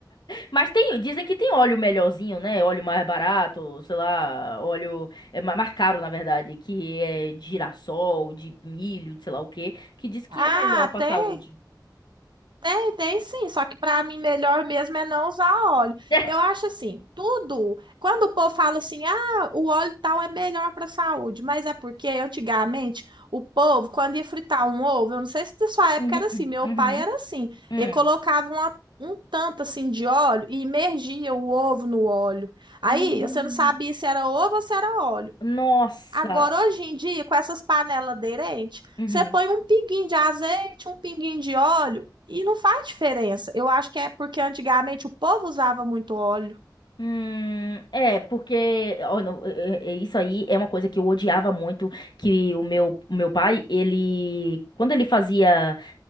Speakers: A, on the left; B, on the right.
A: Mas tem, dizem que tem óleo melhorzinho, né? Óleo mais barato, sei lá, óleo é, ma- mais caro, na verdade, que é de girassol, de milho, de sei lá o quê, que diz que
B: Ah,
A: é melhor pra
B: tem.
A: saúde.
B: Tem, tem sim, só que para mim melhor mesmo é não usar óleo.
A: <laughs>
B: Eu acho assim, tudo. Quando o povo fala assim, ah, o óleo tal é melhor para a saúde, mas é porque antigamente o povo, quando ia fritar um ovo, eu não sei se da sua época
A: Uhum,
B: era assim, meu
A: uhum,
B: pai era assim,
A: uhum.
B: ele colocava uma- um tanto assim de óleo e imergia o ovo no óleo. Aí
A: Hum,
B: você não sabia se era ovo ou se era óleo.
A: nossa.
B: Agora, hoje em dia, com essas panelas aderentes,
A: Uhum.
B: você põe um pinguinho de azeite, um pinguinho de óleo e não faz diferença. Eu acho que é porque antigamente o povo usava muito óleo.
A: Hum, é, porque ó, não, é- é- é isso aí é uma coisa que eu odiava muito, que o meu, o meu pai, ele, quando ele fazia